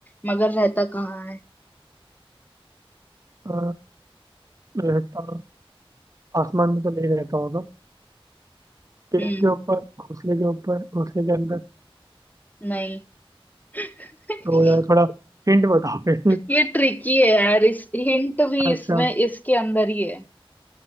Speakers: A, on the left; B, on the right.
A: मगर रहता कहाँ है
B: अ, रहता आसमान में तो नहीं रहता होगा पेड़
A: हम्म
B: के ऊपर घोंसले के ऊपर घोंसले के अंदर
A: नहीं <laughs>
B: तो यार थोड़ा हिंट बताओ <laughs> फिर
A: ये ट्रिकी है यार इस हिंट भी
B: अच्छा
A: इसमें इसके अंदर ही है